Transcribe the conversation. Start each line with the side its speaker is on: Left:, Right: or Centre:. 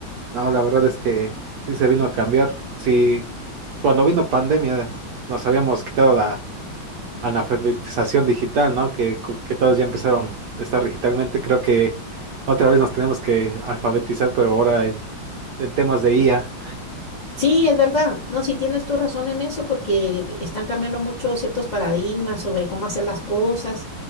Right: No, la verdad es que sí se vino a cambiar. Sí, cuando vino pandemia nos habíamos quitado la analfabetización digital, ¿no? Que, co- que todos ya empezaron a estar digitalmente. Creo que otra vez nos tenemos que alfabetizar, pero ahora en, en temas de IA.
Left: Sí, es verdad. No, sí tienes tu razón en eso porque están cambiando mucho ciertos paradigmas sobre cómo hacer las cosas.